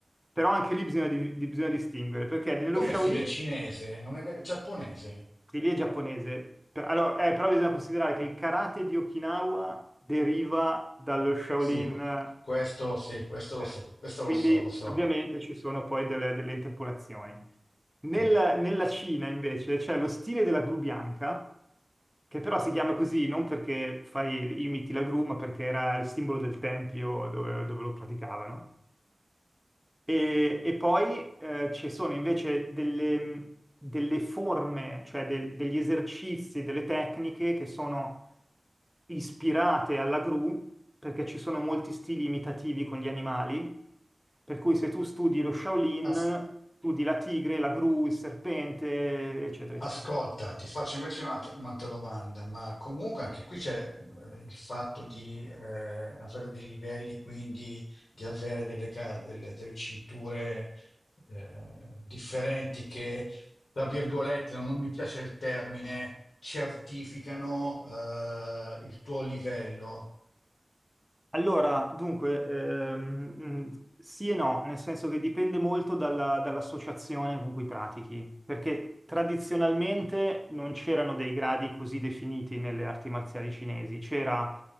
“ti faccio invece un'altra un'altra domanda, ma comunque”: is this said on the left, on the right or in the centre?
Left